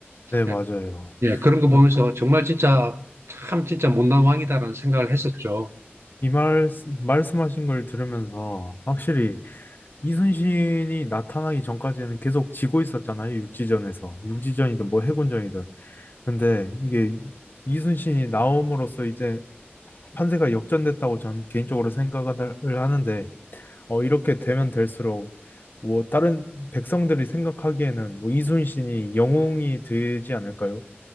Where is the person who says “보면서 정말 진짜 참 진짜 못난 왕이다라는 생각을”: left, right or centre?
Right